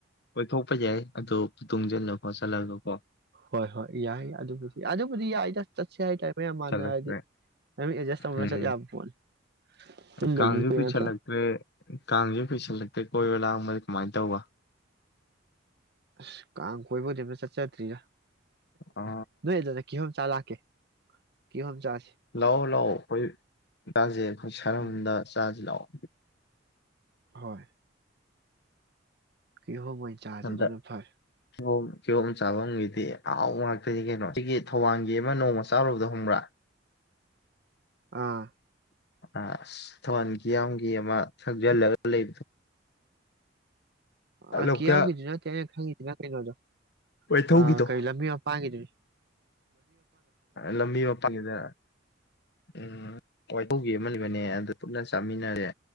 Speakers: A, on the left; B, on the right.
A: ꯑꯣꯏꯊꯣꯛ ꯞꯄ ꯌꯥꯏ ꯑꯗꯨꯣ ꯇꯨꯡꯁꯤꯜꯂꯣꯀꯣ ꯆꯠꯍꯂꯣꯀꯣ
B: ꯍꯣꯏ ꯍꯣꯏ ꯌꯥꯏ ꯑꯗꯨꯕꯨꯗꯤ ꯑꯗꯨꯕꯨꯗꯤ ꯌꯥꯏꯗ ꯆꯠꯁꯦ ꯇ ꯃꯣꯏꯌꯥꯝ
A: ꯀꯨꯏꯁꯜꯂꯛꯇ꯭ꯔꯦ
B: ꯃꯥꯟꯅꯔꯗꯤ ꯅꯝ ꯑꯦꯗꯖꯁ ꯇꯧꯅꯔ
A: ꯎꯝ
B: ꯆꯠ ꯌꯥꯕ ꯄꯣꯠꯅꯤ ꯄꯨꯟꯗꯕꯁꯨ
A: ꯀꯥꯡꯁꯨ
B: ꯀꯨꯏꯔꯦ
A: ꯀꯨꯁꯜꯂꯛꯇ꯭ꯔꯦ
B: ꯅꯠꯇ꯭ꯔꯣ
A: ꯀꯥꯡꯁꯨ ꯀꯨꯁꯜꯂꯛꯇ꯭ꯔꯦ ꯀꯣꯏꯕꯂꯥ ꯑꯃ ꯁꯨꯃꯥꯏꯅ ꯇꯧꯕ
B: ꯑꯁ ꯀꯥꯡ ꯀꯣꯏꯕꯗꯤ ꯑꯝꯇ ꯆꯠꯆꯗ꯭ꯔꯤꯔꯥ
A: ꯑ
B: ꯅꯣꯏ ꯑꯗꯨꯗ ꯀꯤꯍꯣꯝ ꯆꯂꯥꯛꯀꯦ ꯀꯤꯍꯣꯝ ꯆꯁꯦ
A: ꯂꯥꯛꯑꯣ ꯂꯥꯛꯑꯣ ꯑꯩꯈꯣꯏ ꯆꯥꯁꯦ ꯑꯩꯈꯣꯏ ꯁꯔꯝꯗ
B: ꯎꯝ
A: ꯆꯥꯁꯦ ꯂꯥꯛꯑꯣ
B: ꯍꯣꯏ ꯀꯤꯍꯣꯝ ꯑꯣꯏꯅ ꯆꯥꯁꯦ
A: ꯍꯟꯗꯛ
B: ꯑꯗꯨꯅ ꯐꯔꯦ
A: ꯀꯤꯍꯣꯝ ꯀꯤꯍꯣꯝ ꯆꯥꯐꯝꯒꯤꯗꯤ ꯑꯍꯥꯎ ꯉꯥꯛꯇꯣꯏꯗꯤ ꯀꯩꯅꯣ ꯁꯤꯒꯤ ꯊꯧꯕꯥꯜꯒꯤ ꯑꯃ ꯅꯣꯡꯃ ꯆꯥꯔꯨꯕꯗ ꯍꯪꯕ꯭ꯔꯥ
B: ꯑꯥ
A: ꯑ ꯊꯧꯕꯥꯜ ꯀꯤꯌꯥꯝꯒꯤ ꯑꯃ ꯊꯧꯖꯤꯜꯂꯒ ꯂꯩꯕꯗꯣ
B: ꯑ
A: ꯂꯣꯛꯇꯥꯛ
B: ꯀꯤꯌꯥꯝ ꯅꯠꯇꯦ ꯑꯩ ꯈꯪꯉꯤ ꯄ ꯀꯩꯅꯣꯗꯣ
A: ꯋꯥꯏꯊꯧꯒꯤꯗꯣ
B: ꯑ ꯀꯩ ꯂꯝꯕꯤ ꯑꯃ ꯄꯥꯡꯉꯗꯨꯣꯏꯅꯤ
A: ꯂꯝꯕꯤ ꯃꯄꯥꯟꯗ ꯎꯝ ꯋꯥꯏ ꯑꯃꯅꯤꯜꯂꯤꯕꯅꯦ ꯑꯗꯨ ꯄꯨꯟꯅ ꯆꯥꯃꯤꯟꯅꯔꯦ